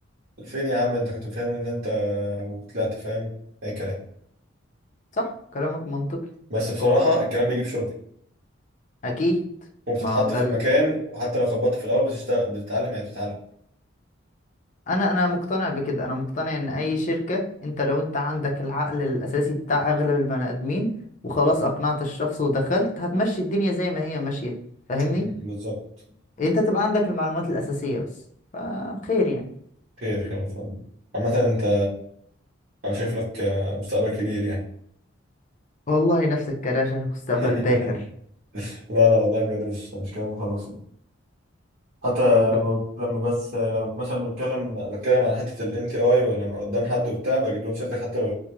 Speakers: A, on the right (about 50°); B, on the left (about 40°).
A: فين يا عم انت كنت فاهم ان انت وطلعت فاهم اي كلام
B: صح كلامك منطقي
A: بس بصراحه
B: هو
A: الكلام بيجيب شغل
B: اكيد
A: وبتتحط
B: ما هو ده
A: في
B: ال...
A: المكان وحتى لو خبطت في الاول بتشتغل بتتعلم يعني بتتعلم
B: انا انا مقتنع بكده انا مقتنع ان اي شركة انت لو انت عندك العقل الاساسي بتاع اغلب البني ادمين وخلاص اقنعت الشخص ودخلت هتمشي الدنيا زي ما هي ماشية فاهمني
A: مم. بالظبط
B: انت تبقى عندك المعلومات الاساسية بس فخير يعني
A: خير خير ان شاء الله عامه انت انا شايف لك آه، مستقبل كبير يعني
B: والله نفس الكلام شايفك مستقبل
A: <laughs>
B: باهر
A: لا لا والله بجد مش مش كلام خلاص حتى
B: ربنا
A: لما لما بس لما مثلا بتكلم بتكلم على حتة ال NTI ولما قدام حد وبتاع بجيب لهم سيرتك حتى لو